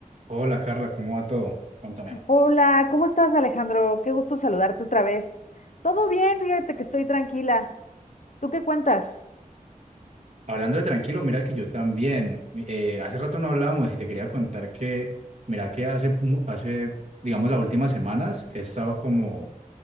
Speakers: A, on the right (about 55°); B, on the left (about 60°).
A: Hola Carla, ¿cómo va todo? Cuéntame.
B: Hola, ¿cómo estás, Alejandro? Qué gusto saludarte otra vez. Todo bien, fíjate que estoy tranquila. ¿Tú qué cuentas?
A: Hablando de tranquilo, mira que yo también, eh, hace rato no hablamos y te quería contar que, mira que hace, mu- hace, digamos, las últimas semanas he estado como